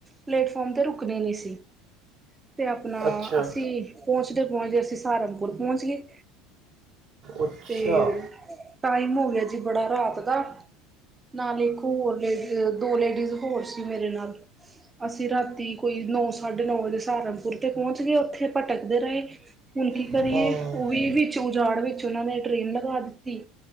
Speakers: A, on the right (about 20°); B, on the right (about 50°).
A: ਪਲੇਟਫਾਰਮ ਤੇ ਰੁਕਦੀ ਨੀ ਸੀ। ਤੇ ਆਪਣਾ
B: ਅੱਛਾ
A: ਅਸੀਂ ਪਹੁੰਚਦੇ ਪਹੁੰਚਦੇ ਅਸੀਂ ਸਹਾਰਨਪੁਰ ਪਹੁੰਚ ਗਏ
B: ਅੱਛਾ
A: ਤੇ ਟਾਈਮ ਹੋ ਗਿਆ ਜੀ ਬੜਾ ਰਾਤ ਦਾ ਨਾਲੇ ਇੱਕ ਹੋਰ ਲੇਡੀ ਦੋ ਲੇਡੀਜ਼ ਹੋਰ ਸੀ ਮੇਰੇ ਨਾਲ ਅਸੀਂ ਰਾਤੀ ਕੋਈ ਨੌਂ ਸਾਢੇ ਨੌ ਵਜੇ ਸਹਾਰਮਪੁਰ ਤੇ ਪਹੁੰਚ ਗਏ ਉੱਥੇ ਭਟਕਦੇ ਰਹੇ ਹੁਣ ਕੀ
B: ਚੈੱਕ
A: ਕਰੀਏ ਉਹ ਵੀ ਵਿੱਚ ਉਜਾੜ ਵਿੱਚ ਟ ਇਹਨ ਕ ਆਦਤੀ